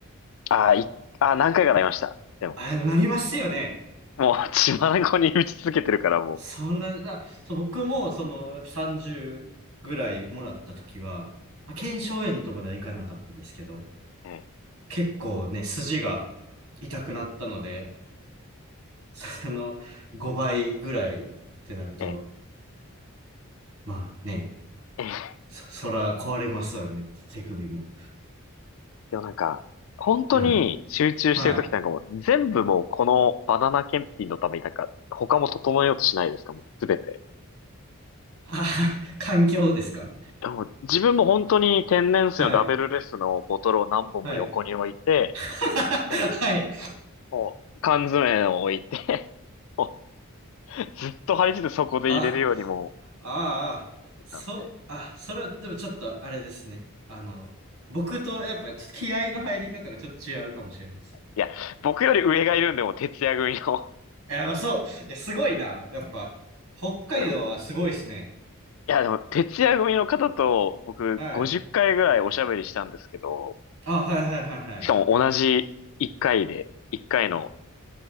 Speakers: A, on the left; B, on the right.
A: ああ、い、ああ、何回かなりました。でも、
B: あ、でもなりますよね。
A: もう血眼に打ち続けてるからも
B: そんな、だ、そう、僕も、その、やっぱ30ぐらいもらった時は、まあ、腱鞘炎とまではいかなかったですけど、
A: う。え
B: 結構ね、筋が痛くなったので、その、5倍ぐらいってなると、
A: え、ええ、
B: まあね、
A: ええ。
B: そ、そら壊れますわね、手首も。
A: でもなんか、本当に集中してる時ってなんかもう、
B: はい。はい。
A: 全部もうこのバナナ検品のためになんか、他も整えようとしないですか、もうすべて。
B: あ、<laughs> 環境ですか
A: でも自分も本当に天然水のラベルレスのボトルを何本も横に置いて、
B: はい。はい。<laughs> はい。
A: もう、もう缶詰を置いて <laughs> ずっと張り付いてそこで入れるよりも、
B: あ、ああ、そ、
A: なんで。
B: あ、それはでもちょっとあれですね。あの、僕とやっぱちょっと気合の入り方がちょっと違うかもしれないです。
A: いや、僕より上がいるんで、もう徹夜組の。
B: いや、まあそう。いや、すごいな。やっぱ、北海道はすごいですね。
A: <laughs> あの、いや、でも、徹夜組の方と、僕、
B: はい。
A: 50回ぐらいおしゃべりしたんですけど、
B: あ、はいはいはいはい。
A: しかも同じ1回で、1回の